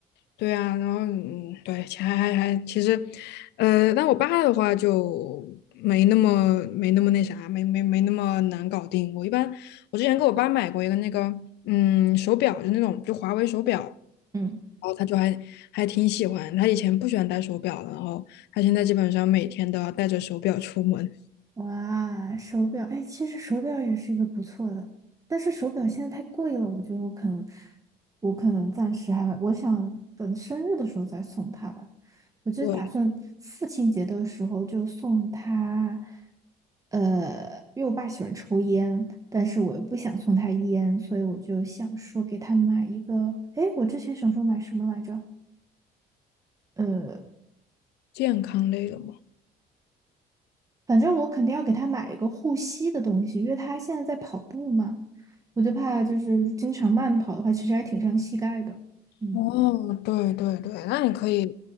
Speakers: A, on the left; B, on the right.
A: 对啊，然后嗯，对，钱还还还，其实，呃，但我爸的话就没那么没那么那啥，没没没那么难搞定。我一般我之前给我爸买过一个那个嗯手表，就那种就华为手表，
B: 嗯。
A: 然后他就还还挺喜欢。他以前不喜欢戴手表的，然后他现在基本上每天都要带着手表出门。
B: 哇，手表，哎，其实手表也是一个不错的，但是手表现在太贵了，我觉得我可能，我可能暂时还，我想等生日的时候再送他吧。我就是打算父亲节的时候就送他，
A: 对，
B: 呃，因为我爸喜欢抽烟，但是我又不想送他烟，所以我就想说给他买一个，哎，我之前想说买什么来着？呃。
A: 健康类的嘛。
B: 反正我肯定要给他买一个护膝的东西，因为他现在在跑步嘛，我就怕就是经常慢跑的话，其实还挺伤膝盖的。嗯，
A: 哦，对对对，那你可以